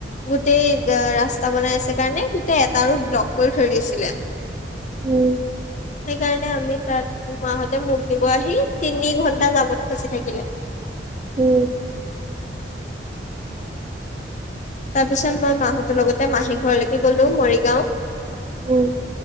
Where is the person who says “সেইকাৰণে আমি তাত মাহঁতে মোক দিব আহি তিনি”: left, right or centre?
Left